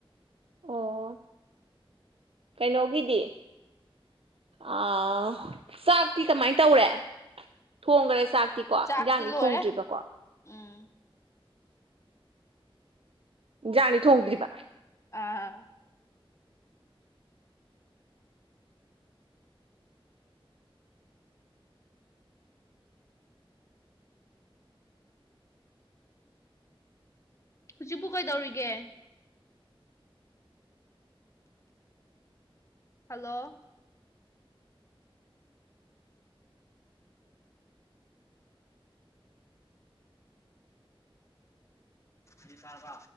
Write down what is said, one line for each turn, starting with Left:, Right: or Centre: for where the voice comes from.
Right: ꯑꯣ ꯀꯩꯅꯣꯒꯤꯗꯤ ꯑ ꯆꯥꯛꯇꯤ ꯀꯃꯥꯏ ꯇꯧꯔꯦ ꯊꯣꯡꯈꯔꯦ ꯆꯥꯛ ꯇꯤꯀꯣ
Left: ꯆꯥꯛꯇꯤ
Right: ꯏꯟꯖꯥꯡꯗꯤ
Left: ꯂꯣꯏꯔꯦ
Right: ꯊꯣꯡꯗ꯭ꯔꯤꯕꯀꯣ
Left: ꯎꯝ
Right: ꯏꯟꯖꯥꯡꯗꯤ ꯊꯣꯡꯗ꯭ꯔꯤꯕ
Left: ꯑ ꯍꯧꯖꯤꯛꯄꯨ ꯀꯩꯗꯧꯔꯤꯒꯦ ꯍꯜꯂꯣ ꯁꯤ ꯇꯥꯔꯕ